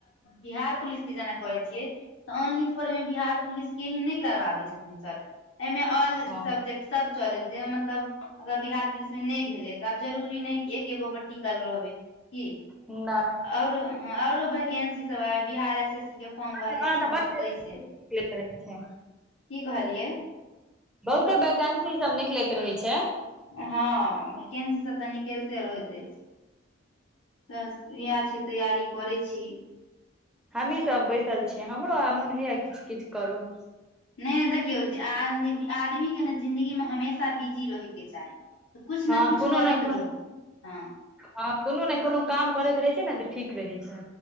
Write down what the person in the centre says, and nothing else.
हँ
ओना
तऽ
बड
निकलैत रहै छै,
बहुते वैकेंसी सब निकलैत रहै छै
हमही सब बैसल छीयै हमरो आ मोन होइया किछ किछु करु
हँ
कोनो
ने कोनो
हँ कोनो ने कोनो काम करै रहै छै ने तऽ ठीक रहै छै